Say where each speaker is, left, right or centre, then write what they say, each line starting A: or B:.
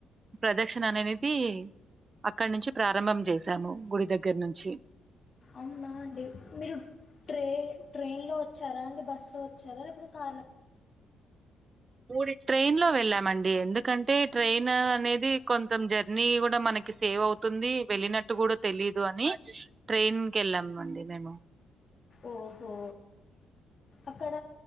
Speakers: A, on the right (about 35°); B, on the left (about 45°).
A: ప్రదక్షిణ అనేది అక్కడి నుంచి ప్రారంభం చేసాము గుడి దగ్గర నుంచి
B: అవునా అండి మీరు ట్రే ట్రైన్ లో వచ్చారా అండి బ స్ లో వచ్చారా లేపోతే కార్లా
A: ఊడి ట్రైన్ లో వెళ్ళాం మండి. ఎందుకంటే ట్రైన్ అనేది కొంచం జర్నీ కూడా మనకి సేవ్ అవుతుంది. వెళ్ళినట్టు గూడా తెలీదు అని ట్రైన్ కేళ్ళాంమండి. మేము
B: ఓహో అక్కడ